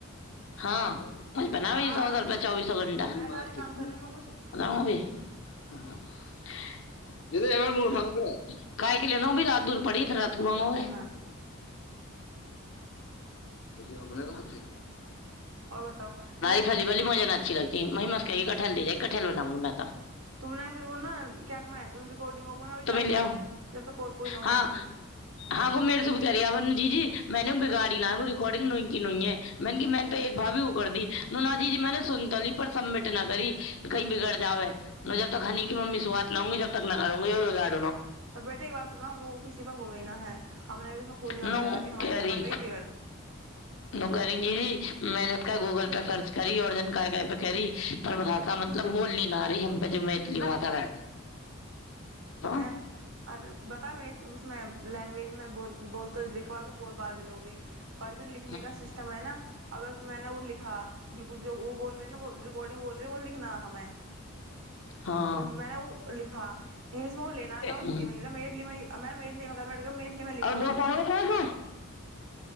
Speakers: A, on the left (about 60°); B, on the right (about 70°).
A: ह क्या हो गया बना
B: हाँ
A: है सौ सौ का चौबिस डंडा तेरी
B: मैं ना
A: माँ
B: रही
A: चोद
B: काम कर
A: दूंगा
B: रही हूँ मैं कुछ
A: बताउं अभी दीदी हमर मुड खराब मत कर खाय के लिए अभी न मिली रात
B: मेरे
A: को बंगोर
B: पास टाइम
A: मिली
B: ना है।
A: अभी हम अपने बाप है
B: और बताओ ये बत,
A: <unintelligible> छिललथिन मेहनत से कटहल दे जाइ कटहल बनाउं मे
B: तुमने फिर ओ न क्या मै रिकॉर्डिंगो को ने अभी
A: तुम
B: करियो
A: ही ले
B: मत
A: आओ
B: जब तक कोड पूरी न हो
A: हाँ
B: जाएगी
A: हाँ वो मेरे से भी कह रही है आपन जी जी मैंने बिगाड़ी न रिकॉर्डिंगो की न है मै त एक भावी उकर दी नूनाजी जी मेने सुनता ली पर सबमिट न करी कही बिगड़ जाबै <unintelligible> जब तक हनी की मम्मी सुआत न आउंगी जब तब तक घर न आउंगी रात
B: तऽ बेटे ई बात न ओ किस पर हो गै न है हमने भी उसमें खूब दिमाग
A: न
B: लगा लिया हमारे
A: करी
B: हमारे तक ही बिगड़ा
A: न करींगी जी मैने गूगल पे सर्च करी और जन पे करी पर भाषा मतलब बोलनी ना रही हम पे मैथिली भाषा हाँ
B: हँ आर बतामे उस लैंग्वेजमे ब बोलत लि बार बोल बाल भी लोगे अर्जुन लिखने
A: हम्म,
B: का सिस्टम है न अगर मैने ओ लिखा बिलकुल जो वो बोल रहे ने रिकॉर्डिंग बोल रहे वो लिखना हमे
A: हाँ
B: तो मैने ओ लिखा इंग्लिशमे ओ लेना ना
A: हम्म।
B: हिन्दी मे लेना मेथिलीमे मेथिलीमे कंर्वट मे मैथिली मे लिखा
A: और दो
B: वो
A: कहोगे कहाँ से?